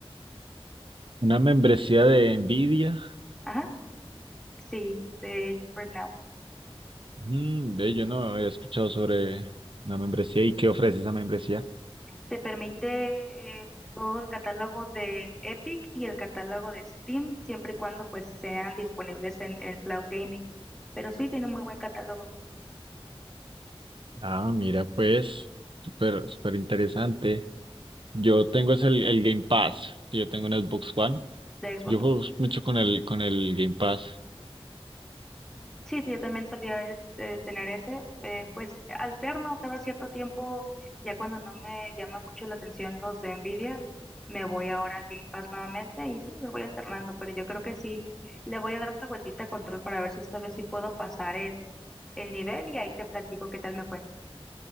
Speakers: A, on the right; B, in the centre.
A: Una membresía de Nvidia,
B: Ajá, sí, de GeForce Now.
A: mm, ve, yo no había escuchado sobre una membresía y qué ofrece esa membresía.
B: Te permite eh, todo el catálogo de Epic y el catálogo de Steam, siempre y cuando pues sean disponibles en, el cloud gaming. Pero sí tiene muy buen catálogo
A: Ah, mira, pues, súper, súper interesante. Yo tengo es el, el Game Pass, que yo tengo en Xbox One.
B: de Xbox.
A: Yo juego mucho con el, con el Game Pass.
B: Sí, yo también solía eh, tener ese, eh, pues alterno cada cierto tiempo, ya cuando no me llama mucho la atención los de Nvidia, me voy ahora al Game Pass nuevamente y sí, lo voy alternando, pero yo creo que sí, le voy a dar otra vueltita a control para ver si esta vez sí puedo pasar el, el nivel y ahí te platico qué tal me fue.